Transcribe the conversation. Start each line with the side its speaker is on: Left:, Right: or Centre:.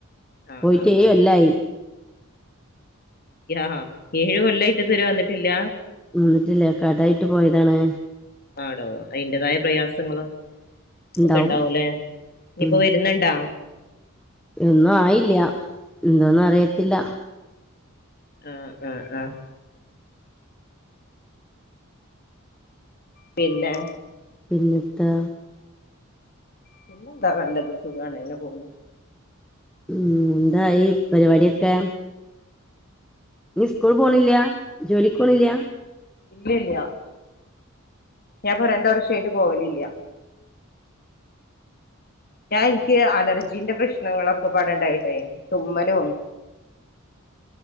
Left: ആഹ്
Centre: പോയിട്ട്
Left: ആഹ്
Centre: ഏഴോല്ലായി
Left: ആഹ് ഹാ ഏഴ് കൊല്ലായിട്ട് ഇതരെ വന്നിട്ടില്ല
Centre: വന്നിട്ടില്ല കടായിട്ട് പോയതാണ്
Left: ആടോ അതിന്റേതായ പ്രയാസങ്ങള്
Centre: ഉണ്ടാവും
Left: ഒക്കെ ഒണ്ടാവുല്ലേ ഇനിയിപ്പോ
Centre: ഉം
Left: വരുന്നൊണ്ടാ
Centre: ഒന്നും ആയില്ല എന്താന്നും അറിയത്തില്ല
Left: ആഹ് ആഹ് ആഹ് പിന്നെ
Centre: പിന്നെത്ത
Left: പിന്നെന്താ നല്ലത് സുഖാണ് ഇങ്ങനെ പോന്നു
Centre: ഉം എന്തായി പരിപാടിയൊക്കെ
Left: ഒരു മിനിറ്റ്
Centre: നി സ്കൂളി പോണില്ല ജോലിക്ക് പോണില്ല
Left: ഇല്ലല്ല ഞാപ്പൊ രണ്ട് വർഷായിട്ട് പോവല ഇല്ല ഞാൻ എനിക്ക് അലർജീന്റെ പ്രശ്നങ്ങളൊക്കെ പാടുണ്ടായിട്ടെയ് തുമ്മലും